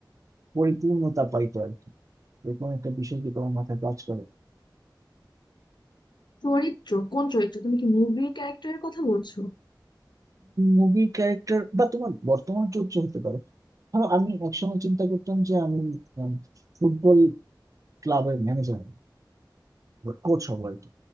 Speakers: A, on the right (about 45°); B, on the left (about 70°).
A: পরিপূর্ণতা পাইতো আর কি এরকম একটা বিষয় কি তোমার মাথায় কাজ করে
B: চরিত্র কোন চরিত্র তুমি কি মুভি ক্যারেক্টারের কথা বলছো
A: মুভি ক্যারেক্টার বা তোমার বর্তমান চরিত্র হতে পারে ধরো আমি একসময় চিন্তা করতাম যে আমি উম, ফুটবল ক্লাবের ম্যানেজার কোচ হবো আর কি।